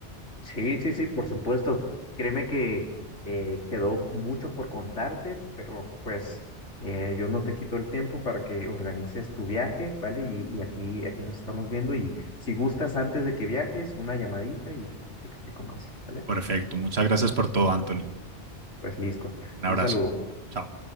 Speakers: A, on the left; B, on the right.
A: Sí, sí, sí, por supuesto. Créeme que eh, quedó mucho por contarte, pero pues eh, yo no te quito el tiempo para que organices tu viaje, ¿vale? Y, y aquí, aquí nos estamos viendo y si gustas antes de que viajes, una llamadita y te explico más, ¿vale?
B: Perfecto. Muchas gracias por todo, Anthony.
A: Pues listo.
B: Un abrazo.
A: Un saludo.
B: Chao.